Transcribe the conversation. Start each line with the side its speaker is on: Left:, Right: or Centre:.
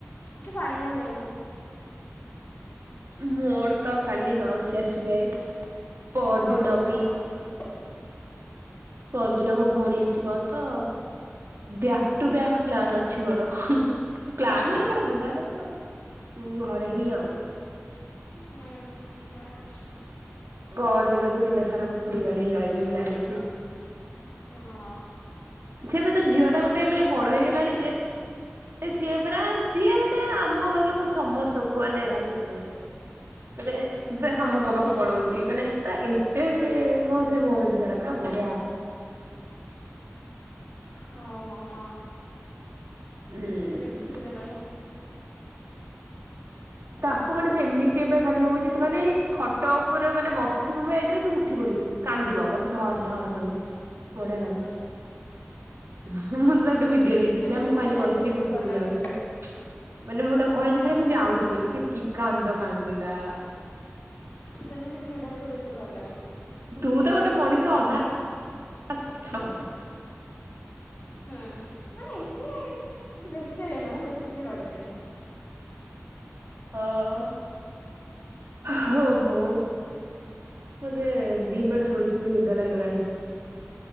Left: କି ଫାଇନାଲ୍ ହେଇନି।
Right: ମୋର ତ କାଲି ମାଉସୀ ଆସ୍ ବେ ପଅର
Left: ହଁ
Right: ଦିନ
Left: ତୋର
Right: ବି
Left: ତ ମାଉସୀ
Right: ପଅରଦିନ ମୋ ଭଉଣୀ ଆସିବ ତ, ବ୍ୟାକ୍ ଟୁ ବ୍ୟାକ୍ ପ୍ଲାନ୍ ଅଛି ମୋର ପ୍ଲାନ୍
Left: ହଁ
Right: ମାନେ କୁଆଡ଼େ ବୁଲା ନାହିଁ ବଟ୍ ଘରେ ହିଁ ଆଉ।
Left: ହୁଁ ହୁଁ ଜାଣିଛି।
Right: ପଅରଦିନ ତ ଦିନସାରା ମୁଁ ଖୁଡ଼ି ଘରେ ହିଁ ରହିବି ମୁଁ ଜାଣିଛି।
Left: ହଁଅ
Right: ସେଏବେ ତ ଝିଅଟା ଗୋଟେ ମାନେ ବଡ଼ ହୋଇଗଲାଣି ଯେ <inaudible> ସିଏ ପୁରା ସିଏ ମାନେ ଆମ ଘର ଲୋକ ସମସ୍ତଙ୍କୁ ମାନେ ଭାରି <unintelligible> ଗୋଟେ ପୁରା ସମସ୍ତଙ୍କ
Left: କିଏ
Right: ପାଖକୁ ପଳଉଚି ମାନେ ପୁରା ଏତେ ସେ ମୋ ସେ ଭଉଣୀ ଝିଅଟା ପୁରା ବଢ଼ିଆ।
Left: ହଉ ହଉ ହଁ।
Right: ହୁଁଉଁଉଁ।
Left: ଦେଖିଥିଲି ତାକୁ
Right: ତାକୁ ମାନେ ସେମିତି ଏବେ ଖାଲି ହଉଛି ତୁ ଖାଲି ଖଟ ଉପରେ ମାନେ ବସିଥିବୁ ବେଡ଼ରେ ତୁ ଉଠି ପଡ଼ିବୁ, କାନ୍ଦିବ ମତେ ଧର୍ ଧର୍ କହିକି। ବଢ଼ିଆ ଲାଗେ। <unintelligible> ମୁଁ ତ ତାକୁ ଟିକେ ଭିଡ଼ି <unintelligible> ଦେଇଥିଲି
Left: ସେମିତି
Right: ନା ମୁଁ ଖାଲି
Left: ଚିଡ଼ାକୁ
Right: କହିଥିଲି
Left: ବେଶୀ
Right: ଗୁଗୁ
Left: ଭଲ
Right: ମୁଁ
Left: ଲାଗେ
Right: ଯାଉଛି ମାନେ ମୁଁ ତ କହିଲି ଖାଲି ମୁଁ ଯାଉଛି ବୋଲି ସେ କି କାନ୍ଦ କାନ୍ଦିଲା
Left: ସେମିତି ଚିଡ଼େଇଆକୁ ବେଶୀ ଭଲ ଲାଗେ।
Right: ତୁ ତ ଗୋଟେ ମଣିଷ ଅଧା। ହାକ୍ ଛୁ
Left: ହୁଁ ମାନେ ଏମିତି ବେଶୀ ନୁ ବେଶୀ ବି ରହିପାରିବନି।
Right: ଓଓଓ ହୋ ହୋ ମତେ ଦିପହରେ ଶୋଇକି ବି ନିଦ ଲାଗିଲାଣି।